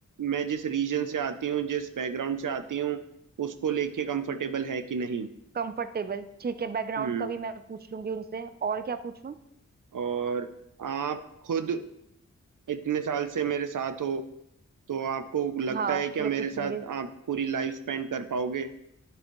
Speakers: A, on the right; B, on the right.
A: मैं जिस रीजन से आती हूँ जिस बैकग्राउंड से आती हूँ उसको लेके कंफर्टेबल है कि नहीं
B: कंफर्ट टेबल ठीक है बैकग्राउंड
A: हम्म
B: का भी मैं पूछ लूंगी उनसे और क्या पूछूं
A: और आप खुद इतने साल से मेरे साथ हो तो आपको लगता
B: हाँ
A: है क्या
B: ये
A: मेरे
B: पूछूंगी
A: साथ आप पूरी लाइफ स्पेंड कर पाओगे